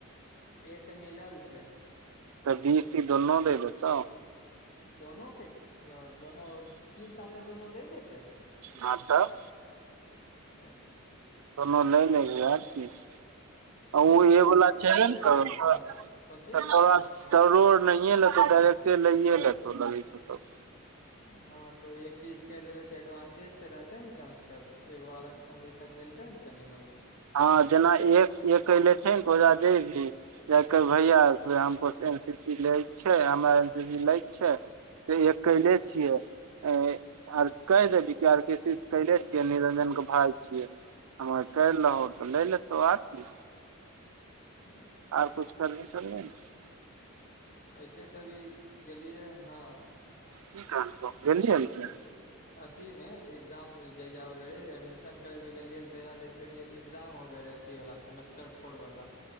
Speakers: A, on the left (about 40°); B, on the right (about 85°).
A: ईहे तऽ मिलल छै।
B: तऽ बीस ई दुन्नु दे देतौ।
A: दोनो कैसे अ दोनो तीन साल में दोनो दऽ देतै?
B: हँ तब
A: ककरा
B: कोनो लै लेभी आर की। ओ
A: तऽ
B: उ
A: ऐसे
B: ईहे
A: अभी
B: वला छैबे
A: चले
B: नै करो
A: रहे
B: तोरा
A: हँ
B: अ
A: कोन चीज
B: त तोरा सरो आर नहिए लेतौ डायरेक्टर लाईये लेतौ लगै छौ तब।
A: हां तो एक चीज कर लेबै तऽ एडवांटेज तऽ रहतै न कम से कम एगो आरक्षण जैसन मिलते नै तनी-मनी
B: हां जेना एक एक एले छै नै ओजा जेबही जाके भैया से हमको एन सी सी ले क छैय, हमरा एन सी सी लै क छैय। तऽ एक कै एले छियै। ए आर कह देभी की आर के सी से कैले छियै, निरंजन के भाय छियै। हां कैर लहो तऽ नै लेतौ आर की।
A: अच्छा
B: आर कुछ करभी थोड़े यहां से।
A: ऐसे तै अभी गेलिये हां।
B: की कहलको गेलि हन तै।
A: अथी मे एग्जाम जहिया होबै हय, एडमिशन करबै लै गेलियै रहे तहिया देख फेर इहे त एग्जाम होवे रहे अथी वाला सेमेस्टर फोर वाला।